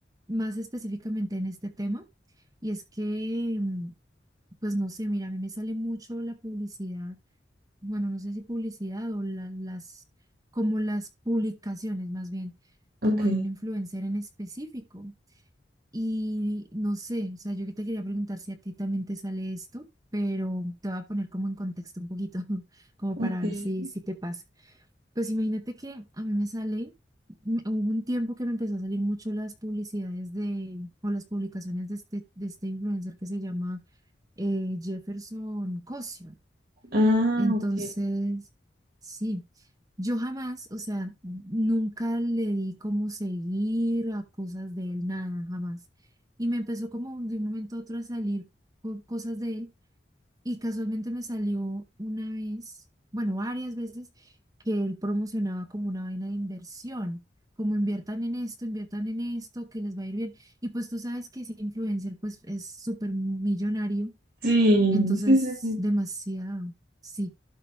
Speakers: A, on the right (about 20°); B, on the right (about 60°).
A: más específicamente en este tema. Y es que, em, pues no sé, mira, a mí me sale mucho la publicidad bueno, no sé si publicidad o la- las, como las publicaciones más bien,
B: Ok,
A: como de un influencer en específico. Y no sé, o sea, yo que te quería preguntar si a ti también te sale esto, pero te voy a poner como en contexto un poquito, <laughs> como
B: ok.
A: para ver si, si te pasa. Pues imagínate que a mí me sale, me- hubo un tiempo que me empezó a salir mucho las publicidades de, o las publicaciones de este, de este influencer que se llama eh, Jefferson Cosio.
B: Ah,
A: Entonces,
B: ok.
A: sí, yo jamás, o sea, nunca le di como seguir a cosas de él, nada, jamás. Y me empezó como de un momento a otro a salir co- cosas de él y casualmente me salió una vez, bueno, varias veces, que él promocionaba como una vaina de inversión. como inviertan en esto, inviertan en esto, que les va a ir bien. Y pues tú sabes que ese influencer pues es súper millonario,
B: Sí,
A: entonces
B: sí, sí, sí.
A: demasiado. Sí.